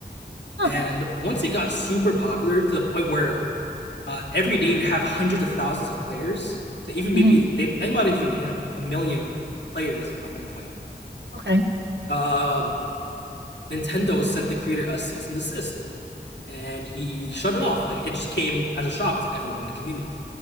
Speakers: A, on the right; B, on the left.
A: Huh.
B: and once it got super popular to the point where uh, every day you'd have hundreds of thousands of players. So even
A: hmm
B: maybe they they might have even hit a, a million players at one point.
A: Okay.
B: Um, Nintendo sent the creator a cease and desist, and he shut it off. Like it just came as a shock to everyone in the community,